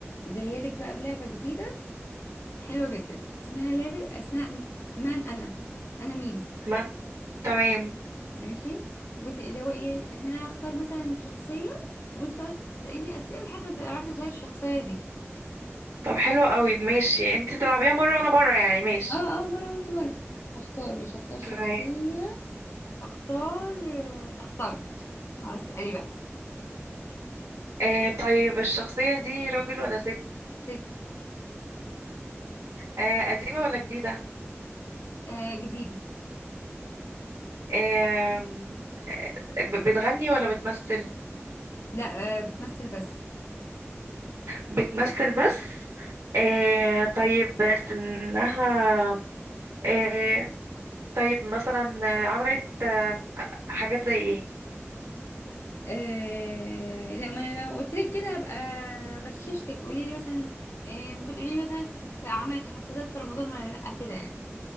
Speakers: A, on the left; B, on the right.
A: جايه لك بقى بلعبه جديده حلوه جدا اسمها لعبه اسمها من انا انا مين
B: ما تمام
A: ماشي بصي اللي هو ايه ان انا اختار مثلا شخصيه وانت تقعدي تسالي لي اسئله لحد ما تعرفي تسالي الشخصيه دي
B: طب حلو قوي ماشي انت تلعبيها مرة وانا مرة يعني ماشي
A: اه اه مره وانت مره هختار مش هختار شخصيه
B: تمام
A: هختار اخترت خلاص اسالي بقى
B: آه طيب الشخصية دي راجل ولا ست
A: ست
B: آه قديمة ولا جديدة
A: آه جديده
B: آم، آه ب- بتغني ولا بتمثل
A: لا آه بتمثل بس
B: بتمثل بس آه طيب سنها آه طيب مثلا آه، عملت آه، حاجات زي ايه
A: آه لا ما انا لو قلت لك كده هبقى غششتك قولي لي مثلا آه ممكن تقولي لي مثلا في عملت مسلسلات في رمضان ولا لا كده يعني